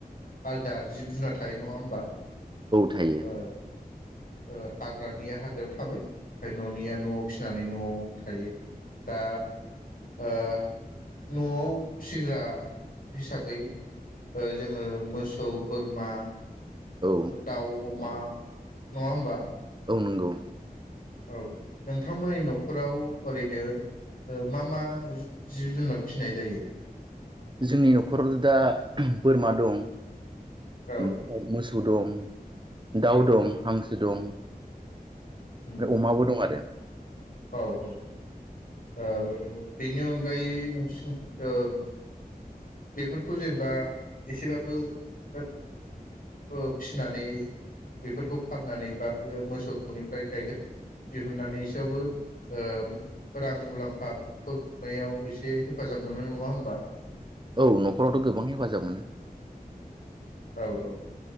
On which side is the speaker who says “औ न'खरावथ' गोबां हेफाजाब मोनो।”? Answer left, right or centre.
Right